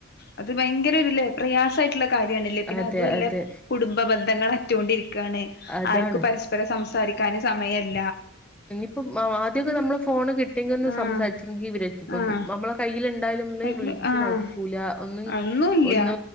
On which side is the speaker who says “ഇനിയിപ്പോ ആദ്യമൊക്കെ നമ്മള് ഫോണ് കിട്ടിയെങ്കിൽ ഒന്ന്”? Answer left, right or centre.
Centre